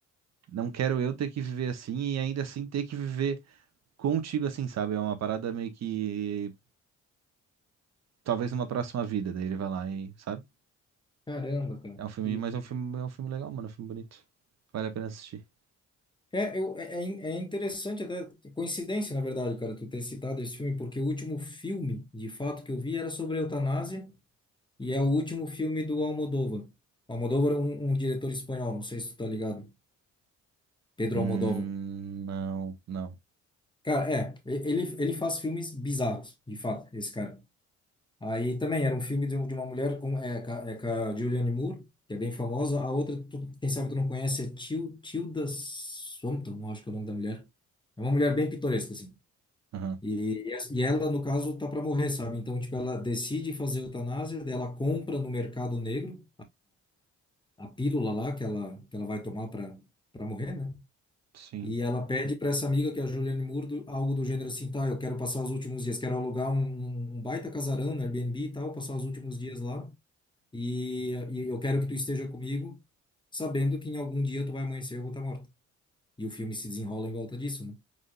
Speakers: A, on the right; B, on the left.
A: Não quero eu ter que viver assim e ainda assim ter que viver contigo assim, sabe? É uma parada meio que. Talvez numa próxima vida. Daí ele vai lá e, sabe?
B: Caramba, cara.
A: É um filme,
B: Que,
A: mas
B: que-
A: é um filme, é um filme legal, mano. É um filme bonito. Vale a pena assistir.
B: É, eu, é, é in- é interessante até, coincidência, na verdade, cara, tu ter citado esse filme, porque o último filme, de fato, que eu vi era sobre eutanásia, E é o último filme do Almodóvar. O Almodóvar é um, um diretor espanhol, não sei se tu tá ligado. Pedro
A: Hum,
B: Almodóvar.
A: não, não.
B: Cara, é, e- ele, ele faz filmes bizarros, de fato, esse cara. Aí também era um filme de, um- de uma mulher com, é, com a é com a Julianne Moore, que é bem famosa. A outra, tu- quem sabe tu não conhece, é Til, Tilda Swinton, eu acho que é o nome da mulher. É uma mulher bem pitoresca, assim.
A: Aham,
B: E, e essa- e ela, no caso, tá para morrer, sabe? Então, tipo, ela decide fazer eutanásia, daí ela compra no mercado negro a pílula lá que ela, que ela vai tomar para para morrer, né?
A: sim.
B: E ela pede para essa amiga, que é a Juliane Moore, do- algo do gênero assim, tá, eu quero passar os últimos dias, quero alugar um, um um baita casarão no Airbnb e tal, passar os últimos dias lá, e, e eu quero que tu esteja comigo, sabendo que em algum dia tu vai amanhecer e eu vou estar morta. E o filme se desenrola em volta disso, né?